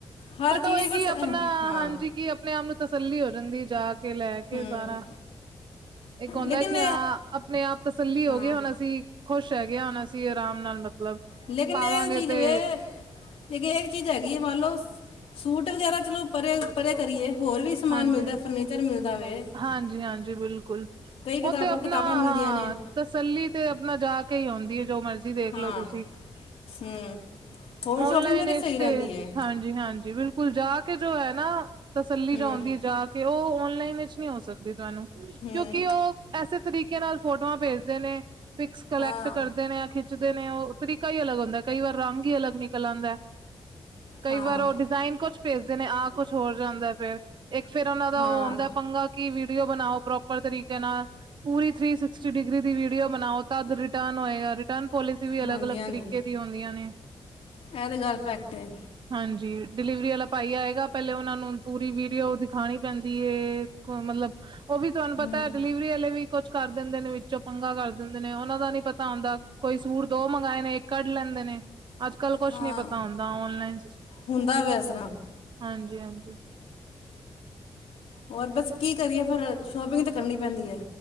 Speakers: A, on the left (about 80°); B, on the right (about 55°).
A: ਹਰ
B: ਬਟ
A: ਚੀਜ਼
B: ਉਹ ਇਹ ਕੀ
A: ਬਸ ਅ,
B: ਆਪਣਾ
A: ਹਾਂ
B: ਹਾਂਜੀ, ਕਿ ਆਪਣੇ ਆਪ ਨੂੰ ਤਸੱਲੀ ਹੋ ਜਾਂਦੀ, ਜਾ ਕੇ ਲੈ ਕੇ
A: ਹੂੰ
B: ਸਾਰਾ। ਇਹ ਹੁੰਦਾ
A: ਲੇਕਿਨ
B: ਕਿ ਹਾਂ ਆਪਣੇ ਆਪ ਤਸੱਲੀ ਹੋ
A: ਹਾਂ
B: ਗਏ ਹੁਣ ਅਸੀਂ ਖੁਸ਼ ਹੈਗੇਆ, ਹੁਣ ਅਸੀਂ ਆਰਾਮ ਨਾਲ ਮਤਲਬ
A: ਲੇਕਿਨ
B: ਪਾਵਾਂਗੇ
A: ਇਹ ਚੀਜ਼
B: ਤੇ
A: ਵੇ ਲੇਕਿਨ ਇਹ ਇੱਕ ਚੀਜ਼ ਹੈਗੀ ਹੈ ਮੰਨ ਲਓ ਸੂਟ ਵਗੈਰਾ ਚਲੋ ਪਰੇ-ਪਰੇ ਕਰੀਏ ਹੋਰ ਵੀ ਸਮਾਨ
B: ਹਾਂਜੀ
A: ਮਿਲਦਾ ਫਰਨੀਚਰ ਮਿਲਦਾ ਵੇ,
B: ਹਾਂਜੀ ਹਾਂਜੀ ਬਿਲਕੁਲ
A: ਕਈ ਕਿਤਾਬਾਂ-ਕਿਤਾਬਾਂ
B: ਉਹ ਤੇ ਆਪਣਾ
A: ਮਿਲਦੀਆਂ
B: ਹਾਂ
A: ਨੇ
B: ਤਸੱਲੀ ਤੇ ਆਪਣਾ ਜਾ, ਕੇ ਹੀ ਆਉਂਦੀ ਏ, ਜੋ ਮਰਜ਼ੀ ਜੀ ਦੇਖਲੋ
A: ਹਾਂ
B: ਤੁਸੀਂ
A: ਹੂੰ ਹੋਰ ਸ਼ੋਪਿੰਗ
B: ਓਨਲਾਈਨ
A: ਫਿਰ
B: ਇਸ
A: ਸਹੀ
B: ਤੇ,
A: ਰਹਿੰਦੀ ਹੈ
B: ਹਾਂਜੀ ਜੀ ਹਾਂਜੀ ਬਿਲਕੁਲ ਜਾ ਕੇ, ਜੋ ਹੈ ਨਾ ਤਸੱਲੀ
A: ਹੂੰ
B: ਜੋ, ਆਉਂਦੀ ਹੈ ਜਾ ਕੇ ਉਹ ਓਨਲਾਈਨ ਵਿਚ। ਨਹੀਂ ਹੋ ਸਕਦੀ ਤੁਹਾਨੂੰ ਕਿਉਂਕਿ
A: ਹੂੰ
B: ਉਹ ਐੇ, ਤਰੀਕੇ ਨਾਲ ਫੋਟੋਆਂ ਭੇਜਦੇ ਨੇ, ਪਿਕਸ ਕਲੈਕਟ
A: ਹਾਂ
B: ਕਰਦੇ ਨੇ ਖਿੱਚਦੇ ਨੇ, ਉਹ ਤਰੀਕਾ ਹੀ ਅਲਗ ਹੁੰਦਾ। ਕਈ ਵਾਰ ਰੰਗ ਹੀ ਅਲਗ ਨਿਕਲ ਆਉਂਦਾ! ਕਈ
A: ਹਾਂ
B: ਵਾਰ ਉਹ ਡਿਜ਼ਾਇਨ ਕੁਛ ਭੇਜਦੇ ਨੇ, ਆਹ ਕੁਛ ਹੋਰ ਜਾਂਦਾ ਫਿਰ, ਇੱਕ ਫਿਰ ਉਹਨਾ ਦਾ
A: ਹਾਂ
B: ਉਹ ਹੁੰਦਾ। ਪੰਗਾ ਕਿ ਵੀਡੀਓ ਬਣਾਓ ਪ੍ਰੋਪਰ ਤਰੀਕੇ ਨਾਲ ਪੂਰੀ ਥ੍ਰਰੀ ਸਸਟੀ ਡਿਗਰੀ ਦੀ, ਵੀਡੀਓ ਬਣਾਓ ਤਦ ਰਿਟਰਨ ਹੋਏਗਾ ਰਿਟਰਨ ਪੋਲਿਸੀ ਵੀ ਅਲੱਗ-ਅਲੱਗ
A: ਹਾਂਜੀ ਹਾਂਜੀ
B: ਤਰੀਕੇ ਦੀ ਆਉਂਦੀਆਂ ਨੇ,
A: ਇਹ ਤੇ, ਗੱਲ ਫੈਕਟ ਏ,
B: ਹਾਂਜੀ ਡਿਲੀਵਰੀ ਵਾਲਾ ਭਾਈ ਆਏਗਾ। ਪਹਿਲੇ ਉਹਨਾਂ ਨੂੰ ਪੂਰੀ ਵੀਡੀਓ ਦਿਖਾਉਣੀ ਪੈਂਦੀ ਕੋ ਮਤਲਬ ਉਹ ਵੀ ਤੁਹਾਨੂੰ ਪਤਾ
A: ਹੂੰ
B: ਹੈ। ਡਿਲੀਵਰੀ ਵਾਲੇ ਵੀ ਕੁਛ ਕਰ ਦਿੰਦੇ ਨੇ, ਵਿੱਚੋਂ ਪੰਗਾ ਕਰ ਦਿੰਦੇ! ਨੇ ਉਹਨਾਂ ਦਾ ਨੀ ਪਤਾ ਪਤਾ ਹੁੰਦਾ ਕੋਈ ਸੂਟ ਦੋ, ਮੰਗਵਾਏ ਨੇ, ਇੱਕ ਕੱਢ ਲੈਂਦੇ ਨੇ ਅੱਜ-ਕੱਲ ਕੁਛ
A: ਹਾਂ
B: ਨੀ ਪਤਾ ਹੁੰਦਾ ਔਨਲਾਈਨ
A: ਹੁੰਦਾ ਵੇ ਇਸ ਤਰ੍ਹਾਂ
B: ਹਾਂਜੀ-ਹਾਂਜੀ
A: ਹੋਰ ਬਸ ਕੀ ਕਰੀਏ, ਫਿਰ ਸ਼ੋਪਿੰਗ ਤਾਂ ਕਰਨੀ ਪੈਂਦੀ ਹੈ।